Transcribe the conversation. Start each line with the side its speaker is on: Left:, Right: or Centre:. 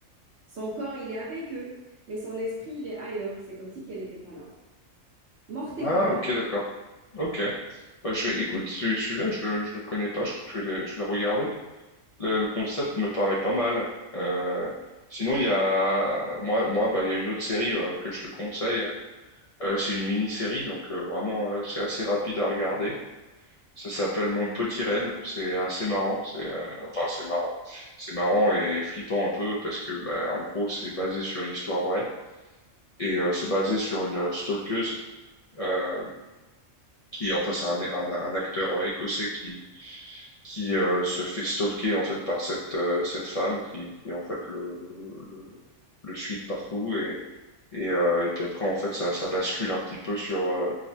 Right: Son corps, il est avec eux, mais son esprit, il est ailleurs. C'est comme si qu'elle n'était pas là. Morte et
Left: Ah,
Right: pas morte.
Left: ok, d'accord. Ok. Bah, je vais, écoute, ce- celui-là, je le, je le connais pas. Je crois que je vais le, je vais le regarder. Le, le concept me paraît pas mal. Euh, sinon, il y a, moi, moi, bah, il y a une autre série euh, que je te conseille. Euh, c'est une mini-série, donc euh, vraiment, euh, c'est assez rapide à regarder. Ça s'appelle Mon Petit Renne. C'est assez marrant. C'est, euh, enfin, c'est marrant. C'est marrant et flippant un peu parce que, bah, en gros, c'est basé sur une histoire vraie et euh, c'est basé sur une euh, stalkeuse. Euh, qui enfin c'est un, un, un acteur euh, écossais qui qui euh, se fait stalker en fait par cette euh, cette femme qui qui en fait le le, le suit de partout et et, euh, et puis après en fait ça ça bascule un petit peu sur euh,